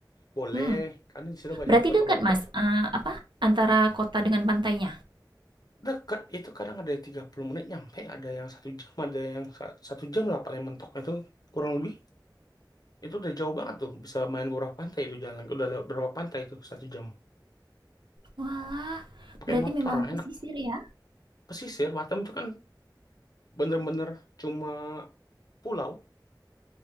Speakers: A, on the left (about 55°); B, on the right (about 80°).
A: boleh.
B: Mmm,
A: Karena di situ banyak
B: berarti
A: foto-foto.
B: dekat Mas, eee, apa, antara kota dengan pantainya?
A: Dekat itu kadang ada yang 30 menit nyampe, ada yang satu jam, ada yang sa- satu jam lah paling mentoknya itu kurang lebih. Itu udah jauh banget tuh, bisa main ke beberapa pantai itu jalan. Udah lewat berapa pantai itu satu jam.
B: Walah,
A: Pakai
B: berarti
A: motor
B: memang pesisir
A: enak.
B: ya?
A: Pesisir Batam itu kan bener-bener cuma pulau.